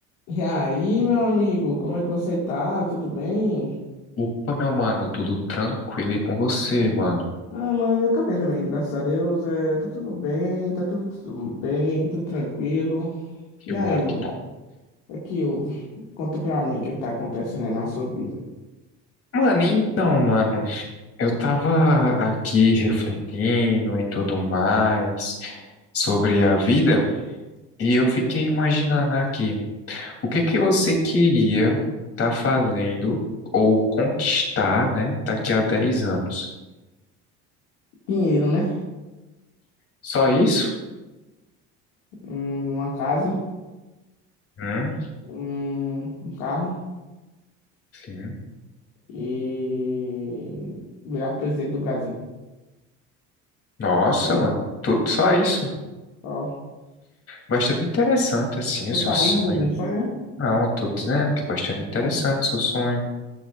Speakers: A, on the left; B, on the left.
A: E aí, meu amigo, como é que você tá? Tudo bem?
B: Opa, meu mano, tudo tranquilo e com você, mano?
A: Ah, mano, eu tô bem também, graças a Deus. É, tá tudo bem, tá tudo, tudo bem, tudo tranquilo.
B: Que
A: E
B: bom,
A: aí, mano,
B: que bom.
A: o que que houve? Conta pra mim o que é que tá acontecendo aí na sua vida.
B: Mano, então, mano, eu tava aqui refletindo e tudo mais sobre a vida e eu fiquei imaginando aqui, o que que você queria tá fazendo ou conquistar, né, daqui a 10 anos?
A: Dinheiro, né?
B: Só isso?
A: Hum, Uma casa,
B: Hum,
A: um, um carro
B: sim.
A: e virar presidente do Brasil.
B: Nossa,
A: Só isso,
B: mano, tudo só isso.
A: só.
B: Bastante interessante, assim,
A: Tu
B: o seu
A: tá
B: sonho.
A: rindo do meu sonho, né?
B: Não, eu tô dizendo que é bastante interessante o seu sonho.